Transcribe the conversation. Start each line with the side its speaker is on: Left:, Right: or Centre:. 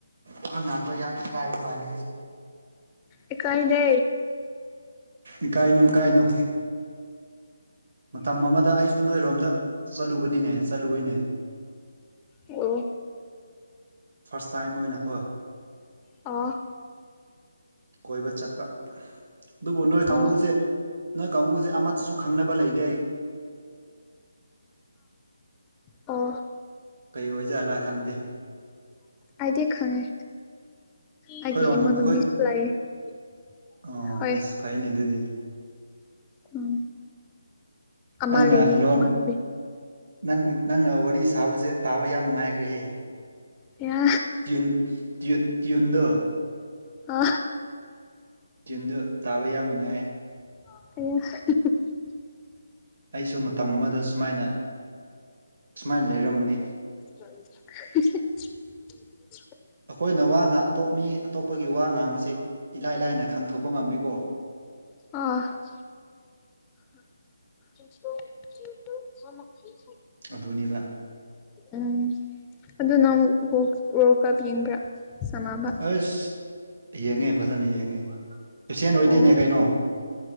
Right: ꯑꯍꯥꯡ ꯉꯟꯕ ꯌꯥꯝ ꯀꯥꯏꯕ ꯃꯥꯜꯂꯤ
Left: ꯏꯀꯥꯏꯗꯦ
Right: ꯏꯀꯥꯏꯅꯨ ꯏꯀꯥꯏꯅꯨ ꯃꯇꯝ ꯑꯃꯗ ꯑꯩꯁꯨ ꯅꯣꯏꯔꯣꯝꯗ ꯆꯠꯂꯨꯕꯅꯤꯅꯦ ꯁꯂꯨꯕꯤꯅꯦ
Left: ꯑꯣ
Right: ꯐꯥꯔꯁ ꯇꯥꯏꯝ ꯑꯣꯏꯅꯀꯣ
Left: ꯑ
Right: ꯀꯣꯏꯕ ꯆꯠꯄ ꯑꯗꯨꯕꯨ ꯅꯣꯏ
Left: ꯑꯣ
Right: ꯀꯥꯡꯕꯨꯁꯦ ꯅꯣꯏ ꯀꯥꯡꯕꯨꯁꯦ ꯑꯃꯠꯇꯁꯨ ꯈꯪꯅꯕ ꯂꯩꯇꯦ ꯑꯩ
Left: ꯑꯣ
Right: ꯀꯩ ꯑꯣꯏꯖꯠꯂꯥ ꯈꯪꯗꯦ
Left: ꯑꯩꯗꯤ ꯈꯪꯉꯦ
Right: ꯑꯩꯈꯣꯏꯔꯣꯝ
Left: ꯑꯩꯒꯤ ꯏꯃꯥꯟꯅꯕꯤꯁꯨ
Right: ꯑꯩꯈꯣꯏꯒꯤ
Left: ꯂꯩꯌꯦ
Right: ꯑꯣ ꯑꯁ ꯐꯩꯅꯦ ꯑꯗꯨꯗꯤ
Left: ꯎꯝ ꯑꯃ
Right: ꯅꯪꯅ
Left: ꯂꯩꯌꯦ
Right: ꯂꯣꯟ
Left: ꯏꯃꯥꯟꯅꯕꯤ
Right: ꯅꯪꯅ ꯅꯪꯅ ꯋꯥꯔꯤ ꯁ ꯊꯥꯕꯁꯦ ꯇꯥꯕ ꯌꯥꯝ ꯅꯨꯡꯉꯥꯏꯈ꯭ꯔꯦꯍꯦ
Left: ꯑꯌꯥ
Right: ꯇ꯭ꯨꯟ ꯇꯨ ꯏꯗ
Left: ꯑ
Right: ꯇ꯭ꯌꯨꯟꯗꯨ ꯇꯥꯕ ꯌꯥꯝ ꯅꯨꯡꯉꯥꯏ
Left: ꯑ
Right: ꯑꯩꯁꯨ ꯃꯇꯝ ꯑꯃꯗ ꯁꯨꯃꯥꯏꯅ ꯁꯨꯃꯥꯏꯅ ꯂꯩꯔꯝꯕꯅꯤ
Left: <inaudible>
Right: ꯑꯩꯈꯣꯏꯅ ꯋꯥ ꯉꯥꯡ ꯑꯇꯣꯞ ꯃꯤ ꯑꯇꯣꯞꯄꯒꯤ ꯋꯥ ꯉꯥꯡꯕꯁꯦ ꯏꯂꯥꯏ ꯂꯥꯏꯅ ꯈꯥꯡꯊꯣꯛꯄ ꯉꯝꯃꯤꯀꯣ
Left: ꯑ ꯆꯣ ꯁꯝꯃꯔꯤ
Right: ꯑꯗꯨꯅꯤꯗ
Left: ꯎꯝ ꯑꯗꯨ ꯅꯪ ꯋꯥꯔꯜ ꯀꯞ ꯌꯦꯡꯕ꯭ꯔꯥ ꯁꯥꯟꯅꯕ
Right: ꯑꯁ ꯌꯦꯡꯉꯦ ꯐꯖꯅ ꯌꯦꯡꯉꯦ ꯑꯦꯁꯦꯟ ꯑꯣꯏꯗꯣꯏꯅꯦ
Left: ꯑꯣ
Right: ꯀꯩꯅꯣ